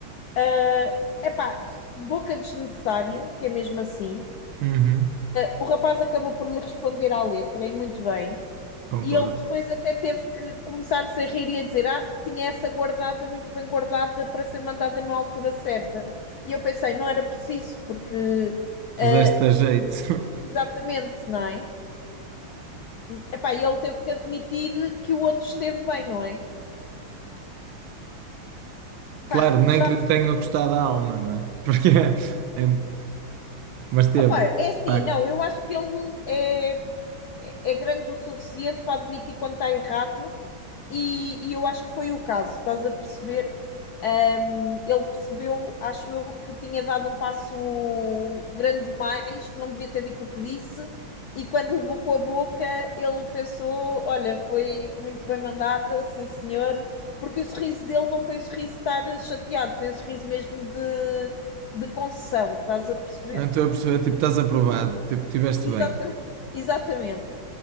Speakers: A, on the left; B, on the right.
A: É epá, boca desnecessária, que é mesmo assim.
B: Uhum.
A: O rapaz acabou por lhe responder à letra, e muito bem.
B: Concordo.
A: E ele depois até teve que começar-se a rir e a dizer: Ah, tinha essa guardada, muito bem guardada, para ser mandada na altura certa. E eu pensei: não era preciso, porque.
B: Puseste
A: ah,
B: a jeito. <laughs>
A: exatamente, não é? Epá, e ele teve que admitir que o outro esteve bem, não é?
B: Claro,
A: Pá,
B: nem
A: já.
B: que lhe tenha custado a alma, não é? <laughs> Porque é... é- Mas teve,
A: Opá,
B: de
A: é assim,
B: facto.
A: não, eu acho que ele é, é é grande o suficiente para admitir quando está errado e, e eu acho que foi o caso, estás a perceber? Um, ele percebeu, acho eu, que tinha dado um passo grande demais, que não devia ter dito o que disse, e quando levou com a boca, ele pensou: olha, foi muito bem mandada, sim senhor, porque o sorriso dele não foi o sorriso de estar chateado, foi o sorriso mesmo de, de concessão, estás a perceber?
B: Não estou a perceber, tipo, estás aprovado, tipo, tiveste
A: Exatamente.
B: bem.
A: <laughs> Exatamente.